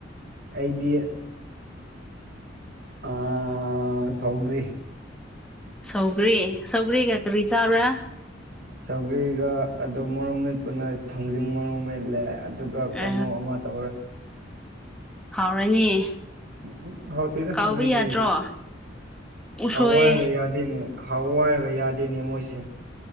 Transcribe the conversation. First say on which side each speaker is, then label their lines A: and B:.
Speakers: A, on the right; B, in the centre.
A: ꯑꯩꯗꯤ ꯑ ꯁꯧꯒ꯭ꯔꯤ
B: ꯁꯧꯒ꯭ꯔꯤ ꯁꯧꯒ꯭ꯔꯤꯒ ꯀꯔꯤ ꯆꯥꯕ꯭ꯔꯥ
A: ꯆꯧꯒ꯭ꯔꯤꯒ ꯑꯗꯨꯝ ꯃꯔꯣꯛ ꯃꯦꯠꯄꯅꯦ ꯊꯥꯡꯖꯤꯡ ꯃꯔꯨꯝ ꯃꯦꯠꯂꯦ ꯑꯗꯨꯒ ꯀꯥꯡꯉꯧ
B: ꯑ
A: ꯑꯃ ꯇꯦ
B: ꯍꯥꯎꯔꯅꯤ
A: ꯎꯝ ꯍꯥꯎꯇꯤꯗ
B: ꯀꯥꯎꯕ
A: ꯅꯣꯏꯗꯤ
B: ꯌꯥꯗ꯭ꯔꯣ ꯎꯁꯣꯏ
A: ꯍꯥꯎꯋꯥꯏꯔꯒ ꯌꯥꯗꯦꯅꯦ ꯍꯥꯎꯋꯥꯏꯔꯒ ꯌꯥꯗꯣꯏꯅꯦ ꯃꯣꯏꯁꯦ